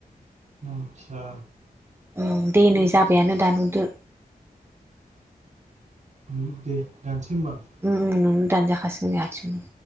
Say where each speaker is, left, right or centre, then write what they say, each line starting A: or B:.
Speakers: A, on the right (about 50°); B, on the right (about 15°).
A: आतसा।
B: उम दे नो जाबायानो दानहरदो।
A: उम दे दानसै होमबा आं।
B: उम उम नों दानजाखासिगोन हारसिंनो